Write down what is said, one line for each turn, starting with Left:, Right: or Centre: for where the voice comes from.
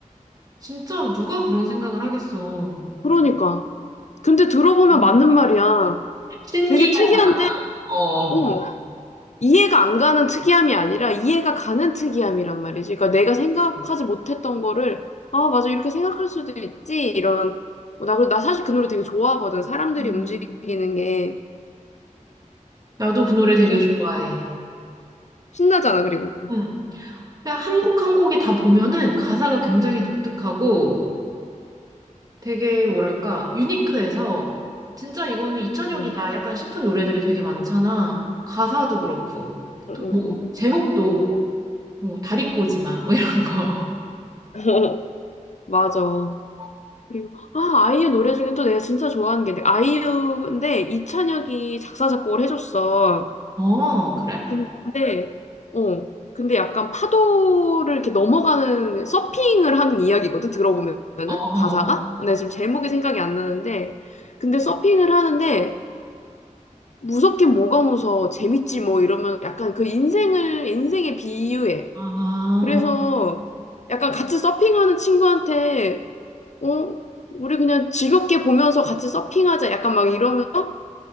Right: 진짜 누가 그런 생각을 하겠어.
Left: 그러니까. 근데 들어보면
Right: 음.
Left: 맞는 말이야.
Right: 신기하잖아.
Left: 되게 특이한데,
Right: 어.
Left: 어, 이해가 안 가는 특이함이 아니라 이해가 가는 특이함이란 말이지. 그러니까 내가 생각하지 못했던 거를 아, 맞아. 이렇게 생각할 수도 있지. 이런 어, 나, 그래- 나 사실 그 노래 되게 좋아하거든. 사람들이
Right: 음.
Left: 움직이는 게
Right: 나도 그 노래
Left: 음,
Right: 되게
Left: 진짜
Right: 좋아해.
Left: 신나잖아. 그리고
Right: 응. 그냥 한 곡 한 곡이 다 보면은 가사가 굉장히 독특하고 되게 뭐랄까, 유니크해서 진짜 이거는 이찬혁이다
Left: 응,
Right: 약간 싶은 노래들이 되게 많잖아. 가사도 그렇고.
Left: 응,
Right: 또
Left: 응,
Right: 뭐,
Left: 응.
Right: 제목도
Left: 응.
Right: 뭐 다리꼬지마 뭐 이런 거.
Left: <laughs> 어, 맞아.
Right: <laughs>
Left: 그리고 아, 아이유 노래 중에 또 내가 진짜 좋아하는 게 아이유인데 이찬혁이 작사 작곡을 해줬어.
Right: 어, 그래?
Left: 근데, 어, 근데 약간 파도를 이렇게 넘어가는 서핑을 하는 이야기거든, 들어보면은?
Right: 어, 어.
Left: 가사가? 근데 지금 제목이 생각이 안 나는데, 근데 서핑을 하는데, 무섭긴 뭐가 무서워, 재밌지 뭐 이러면 약간 그 인생을, 인생에 비유해.
Right: 아,
Left: 그래서 약간 같이 서핑하는 친구한테, 어, 우리 그냥 즐겁게 보면서 같이 서핑하자. 약간 막 이러면서